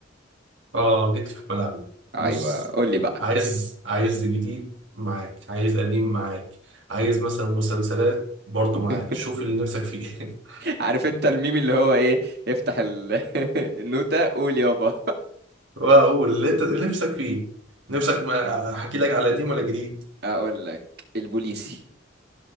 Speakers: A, on the right; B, on the right.
A: اه جيت لي في ملعبي
B: ايوه
A: بص
B: قول لي بقى
A: عايز عايز جديد معاك عايز قديم معاك عايز مثلا مسلسلات برضه
B: <laughs>
A: معاك شوف اللي نفسك فيه <laughs>
B: عارف انت الميم اللي هو ايه افتح ال- <laughs> النوتة قول يابا
A: واقول اللي انت اللي نفسك فيه نفسك ما احكي لك على قديم ولا جديد
B: اقول لك البوليسي